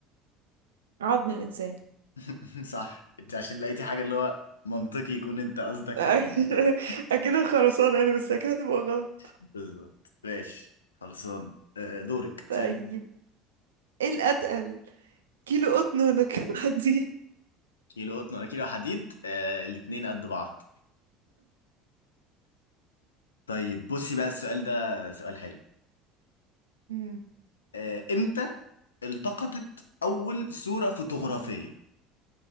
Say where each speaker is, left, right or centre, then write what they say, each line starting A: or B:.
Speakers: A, on the right (about 75°); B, on the left (about 75°).
A: عظم الانسان
B: <laughs> صح انت عشان لقيتي حاجه اللي هو منطقي يكون انت قصدك
A: <laughs>
B: حاجه <laughs>
A: اكيد الخرسانة يعني بس اكيد هتبقى غلط
B: بالظبط ماشي خلصان آه، دورك تسألي
A: طيب ايه الاتقل كيلو قطن ولا كيلو <laughs> حديد
B: كيلو قطن ولا كيلو حديد آه، الاتنين قد بعض طيب بصي بقى السؤال ده سؤال حلو
A: امم
B: آه، امتى التقطت أول صورة فوتوغرافية